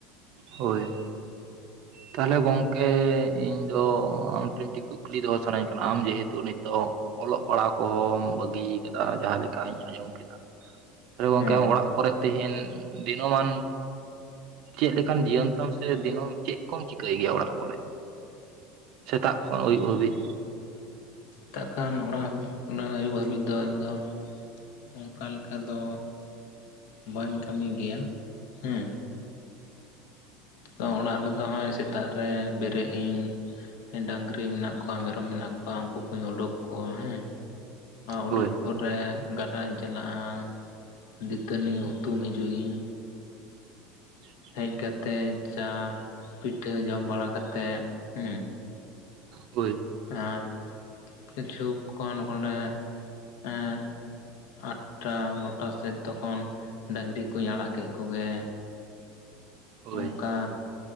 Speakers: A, on the right; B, on the left.
A: ᱦᱚᱭ ᱛᱟᱦᱚᱞᱮ ᱜᱚᱝᱠᱮ ᱤᱧ ᱫᱚ ᱟᱢᱴᱷᱮᱱ ᱢᱤᱫᱴᱤᱡ ᱠᱩᱠᱞᱤ ᱫᱚᱦᱚ ᱥᱟᱱᱟᱧ ᱠᱟᱱᱟ ᱟᱢ ᱡᱮᱦᱮᱛᱩ ᱱᱤᱛᱚᱜ ᱚᱞᱚᱜ ᱯᱟᱲᱦᱟᱜ ᱠᱚᱦᱚᱸᱢ ᱵᱟᱹᱜᱤ ᱟᱠᱟᱫᱟ ᱡᱟᱦᱟᱸ ᱞᱮᱠᱟᱧ ᱟᱸᱡᱚᱢ ᱠᱮᱫᱟ ᱟᱫᱚ ᱜᱚᱢᱠᱮ
B: ᱦᱮᱸ
A: ᱟᱢ ᱚᱲᱟᱜ ᱠᱚᱨᱮ ᱛᱮᱦᱤᱱ ᱫᱤᱱᱚᱢᱟᱱ ᱪᱮᱫ ᱞᱮᱠᱟᱱ ᱡᱤᱭᱚᱱ ᱛᱟᱢ ᱥᱮ ᱫᱤᱱᱟᱹᱢ ᱪᱮᱫ ᱠᱚᱢ ᱪᱤᱠᱟᱹᱭ ᱜᱮᱭᱟ ᱚᱲᱟᱜ ᱠᱚᱨᱮ ᱥᱮᱛᱟᱜ ᱠᱷᱚᱱ ᱟᱹᱭᱩᱵ ᱦᱟᱹᱵᱤᱡ
B: ᱛᱟᱜ ᱠᱷᱟᱱ ᱚᱲᱟᱜ ᱦᱟ. ᱵ..... ᱢᱟᱱᱮ ᱟᱹᱭᱩᱵ ᱦᱟᱹᱵᱤᱡ ᱫᱚ ᱤᱧ ᱫᱚ ᱚᱝᱠᱟ ᱞᱮᱠᱟ ᱫᱚ ᱵᱟᱹᱧ ᱠᱟᱹᱢᱤ ᱜᱮᱭᱟ ᱦᱮᱸ ᱛᱚ ᱚᱲᱟᱜ ᱨᱮᱫᱚ ᱦᱚᱸᱜᱼᱚᱭ ᱥᱮᱛᱟᱜ ᱨᱮ ᱵᱮᱨᱮᱫ ᱤᱧ ᱰᱟᱝᱨᱤ ᱢᱮᱱᱟᱜ ᱠᱚᱣᱟ ᱢᱮᱨᱚᱢ ᱢᱮᱱᱟᱜ ᱠᱚᱣᱟ ᱩᱱᱠᱩ ᱠᱩᱧ ᱩᱰᱩᱠ ᱠᱚᱣᱟ ᱦᱮᱸ, ᱩᱰᱩᱠ
A: ᱦᱳᱭ
B: ᱯᱚᱨᱮ ᱜᱟᱰᱟᱧ ᱪᱟᱞᱟᱜᱼᱟ ᱫᱤᱛᱟᱹᱱᱤ ᱦᱩᱛᱩᱢ ᱦᱤᱡᱩᱜ ᱤᱧ,
A: <unintelligible>
B: ᱦᱮᱡ ᱠᱟᱛᱮᱡ ᱪᱟ ᱯᱤᱴᱷᱟᱹ ᱡᱚᱢ ᱵᱟᱲᱟ ᱠᱟᱛᱮᱫ ᱦᱩᱸ
A: ᱦᱳᱭ᱾
B: ᱟᱨ ᱠᱤᱪᱷᱩᱠ ᱠᱷᱚᱱ ᱯᱚᱨᱮ ᱮᱸ ᱟᱴᱴᱟ ᱱᱚᱴᱟ ᱥᱮᱫ ᱛᱚᱠᱷᱚᱱ ᱰᱟᱹᱝᱨᱤ ᱠᱚᱧ ᱟᱲᱟᱜ ᱠᱮᱫ ᱠᱚᱜᱮ
A: ᱦᱳᱭ
B: ᱚᱝᱠᱟ